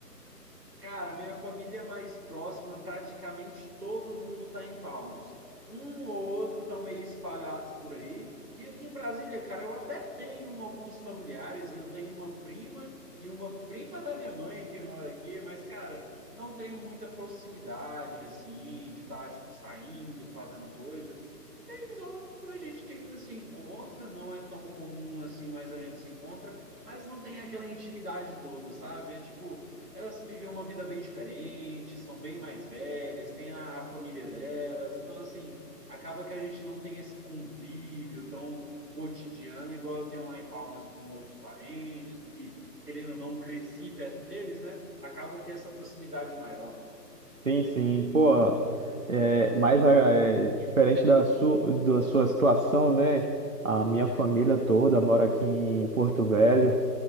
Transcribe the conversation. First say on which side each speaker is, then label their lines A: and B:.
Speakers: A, on the right; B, on the right.
A: Cara, minha família mais próxima, praticamente todo mundo está em Palmas. Um ou outro estão meio espalhados por aí. E aqui em Brasília, cara, eu até tenho alguns familiares. Eu tenho uma prima e uma prima da minha mãe que mora aqui, mas, cara, não tenho muita proximidade, assim, de estar, tipo, saindo, fazendo coisas. Vez ou outra a gente ainda se encontra, não é tão comum assim, mas a gente se encontra, mas não tem aquela intimidade toda, sabe? É tipo elas vivem uma vida bem diferente, são bem mais velhas, têm a, a família delas, então assim, acaba que a gente não tem esse convívio tão cotidiano, igual eu tenho lá em Palmas com outros parentes, que querendo ou não cresci perto deles, né? Acaba que tem essa proximidade maior.
B: Sim, sim, pô, é, mas ah, é, diferente da sua, da sua situação, né? A minha família toda mora aqui em Porto Velho